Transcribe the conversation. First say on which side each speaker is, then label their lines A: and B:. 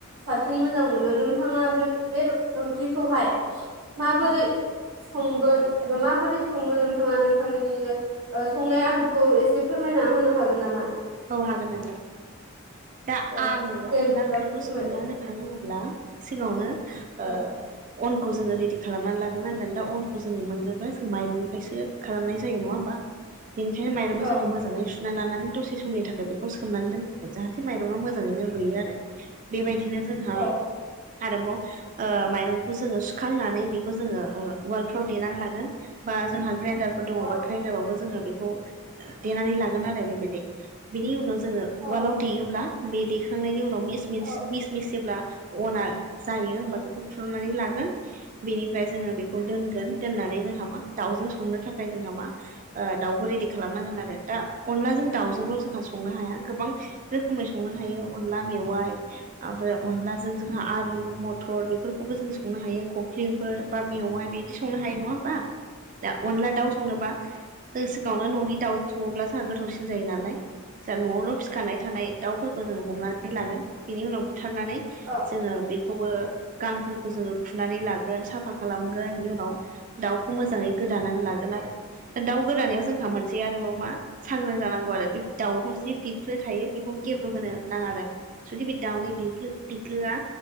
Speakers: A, on the right (about 65°); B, on the right (about 35°).
A: साबसिन मोजां मोनो नोंथांङा बे बे ओंख्रिखौहाय माबोरै
B: नोंथां
A: संगोन एबा माबोरै संङो नों नोंथांङा नोंथांनि ओ संनाय आदबखौ एसे फोरमायना होनो हागोन नामा?
B: औ हागोन नोंथां दा
A: ओ
B: आंङो
A: दे बिदिब्ला
B: अनला ओंख्रिखौ
A: फोरमायदो
B: संना होननानै बुंङोब्ला सिगांङावनो
A: ओ
B: अन खौ जोंङो रेडि खालामनानै लागोन आरो दा अनखौ जोंङो मोननोबो जों माइरंनिफ्रायसो खालामनाय जायो नंङा होमबा
A: <inaudible>
B: बेनिखायनो माइरंखौ
A: औ
B: जोङो मोजाङै सुना लानानै दसे समनि थाखाय बेखौ सोमनानै दोन जाहाथे माइरंया मोजाङैनो रुयो आरो बेबायदिनो जोंहा
A: औ
B: आरोबाव ओ माइरंखौ जोङो सुखांनानै बेखौ जोङो उवालफ्राव देनानै लागोन बा जोंहा ग्रेइन्डारफोर दङ
A: औ
B: बा ग्रेइन्डारावबो जोङो बेखौ देनानै लागोन आरो बेबायदि बिनि उनाव जोङो
A: औ
B: उवालाव दैेयोब्ला बे दैखांनायनि उनाव मिस मिस
A: औ
B: मिस मिस जेब्ला अना जायो होमबा बेखौ खुलुमनानै लागोन बेनिफ्राय जोंहा बेखौ दोनगोन दोननानै जोंहा मा दाउजों संनो थाखाय जोंहा मा दाउखौ रेडि खालामनांगोन आरो दा अनलाजों दाउजोंल' जोंहा संनो हाया गोबां रोखोमै संनो हायो अनला मेवाइ ओमफ्राय अनलाजों जोंहा आलु म थर बेफोरखौबो जों संनो हायो खख्लिंफोर बा मेवाइ बिदि संनो हायो नङा होमबा? दा अनला दाउ संनोबा सिगाङावनो न'नि दाउजों सङोब्ला जाहा गोथावसिन जायो नालाय जाहा न'आवनो फिखानाय थानाय दाउफोरखौ जों हमनानै लागोन बेनि उनाव बुथारनानै
A: औ
B: जोङो बेखौबो गांफोरखौ जोङो खुनानै लागोन साफा खालामगोन बिनि उनाव दाउखौ मोजाङै गोदानानै लागोन आरो दा दाउ गोदानायाव जोंहा मोनसे आरोबाव मा सांग्रां जानांगौ आरो बे दाउ जि बिख्लो थायो बेखौ गेब्रु होनो नाङा आरो जुदि बे दाउनि बिख्लो बिख्लोआ